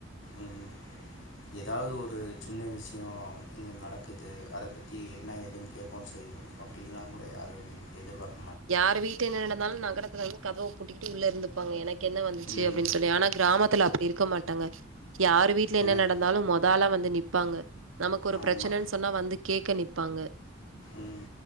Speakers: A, on the left; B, on the right.
A: ம் ம் எதாவுது ஒரு சின்ன விஷயோ இங்க நடக்குது அத பத்தி என்ன ஏதுன் கேப்போ செய்வோ அப்டின்லா கூட யாரு எதிர்பாக்
B: யாரு வீட்ல என்ன நடந்தாலு நகரத்துல வந்து கதவ பூட்டிக்கிட்டு உள்ள இருந்துப்பாங்க எனக்கு என்ன வந்துச்சு
A: ம்
B: அப்டின் சொல்லி ஆனா கிராம த்துல அப்டி இருக்க மாட்டாங்க யாரு வீட்ல
A: எனக்
B: என நடந்தாலு மொத ஆளா வந் து நிப்பாங்க நமக்கொரு
A: ஆமா
B: பிரச்சனன் சொன்னா வந்து கேக்க நிப்பாங்க
A: ம்